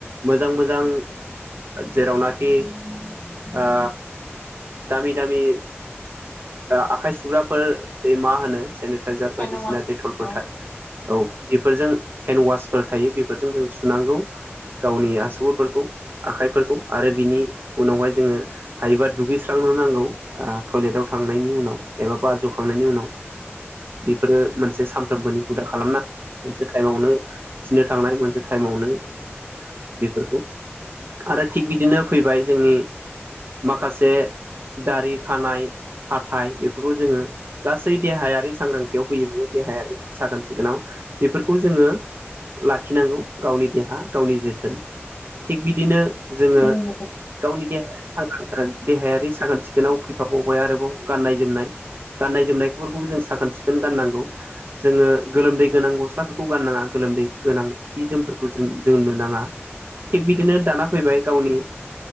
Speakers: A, on the right (about 55°); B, on the left (about 35°).
A: मोजां मोजां जेरावनाखि ओ दामि दामि आखाइ सुग्राफोर मा होनो जे थाइजार
B: हेन्द
A: बायदिसिना
B: वास
A: डेटलफोर
B: औ
A: थायो औ बेफोरजों हेन्द वासफोर थायो बेफोरजों जों सुनांगौ गावनि आसुगुरफोरखौ आखाइफोरखौ आरो बिनि उनावहाय जोङो हायोबा दुगैस्रांनो नांगौ टयलेटाव थांनायनि उनाव एबा बाज'खांनायनि उनाव बेफोरो मोनसे सामफ्रोमबोनि हुदा खालामना मोनसे टाइमावनो खिनो थांनाय मोनसे टाइमावनो बेफोरखौ आरो थिग बिदिनो फैबाय जोंनि माखासे दारि खानाय हाथाइ बेफोरखौ जोङो गासै देहायारि सांग्रांथियाव फैयो बेयो देहायारि साखोन सिखोनाव बेफोरखौ जोङो लाखिनांगौ गावनि देहा गावनि जोथोन थिग बिदिनो जोङो
B: नंगौ
A: गावनि दे देहायारि साखोन सिखोनाव फैफाबाय आरोबाव गाननाय जोमनाय गाननाय जोमनायफोरखौबो जों साखोन सिखोन गाननांगौ जोङो गोलोमदै गोनां गस्लाफोरखौ गाननाङा गोलोमदै गोनां सि जोमफोरखौ जों जों मोननाङा थिग बिदिनो दाना फैबाय गावनि